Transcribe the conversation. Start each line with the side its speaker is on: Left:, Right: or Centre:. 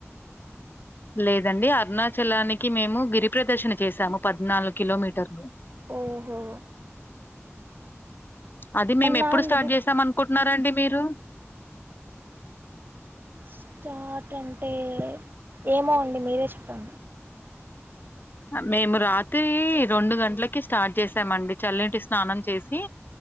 Left: లేదండి అరుణాచలానికి మేము గిరి ప్రదర్శన చేసాము పద్నాలుగు కిలోమీటర్ ను
Right: ఓహో
Left: అది మేము
Right: అవునా
Left: ఎప్పుడు
Right: అండి
Left: స్టార్ట్
Right: మీరు
Left: చేసాం అనుకుంట న్నారంండి మీరు
Right: స్టార్ట్ అంటే ఏమో అండి మీరే చె అ
Left: మేము రాత్రి రెండు గంటలకి స్టార్ట్ చేసామండి చల్లటి స్నానం చేసి